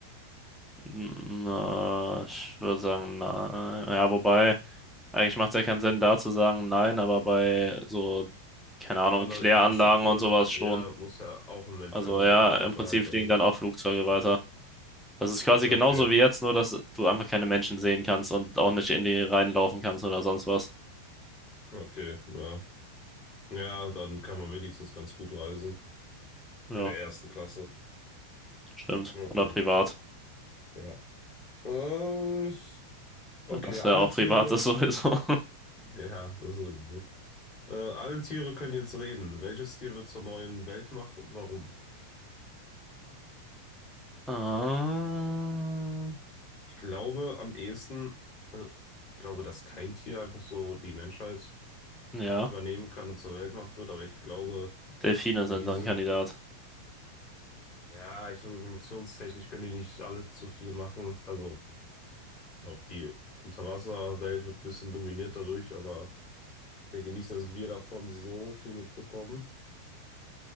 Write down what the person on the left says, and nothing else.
Andere
Infrastrukturen,
ja, muss ja auch ein Mensch
irgendwie
aufrechterhalten
eigentlich.
Okay,
okay, ja. Ja, dann kann man wenigstens ganz gut reisen.
In der ersten Klasse.
Okay,
ja. Äh, okay,
alle
Tiere.
Ja, das sowieso. Äh, alle Tiere können jetzt reden. Welches Tier wird zur neuen Weltmacht und warum?
Ich glaube am ehesten, also ich glaube, dass kein Tier einfach so die Menschheit
übernehmen kann und zur Weltmacht wird, aber ich glaube,
wenn diese,
ja, ich glaube, evolutionstechnisch können die nicht allzu viel machen. Also, ich glaube, die Unterwasserwelt wird ein bisschen dominiert dadurch, aber ich denke nicht, dass wir davon so viel mitbekommen.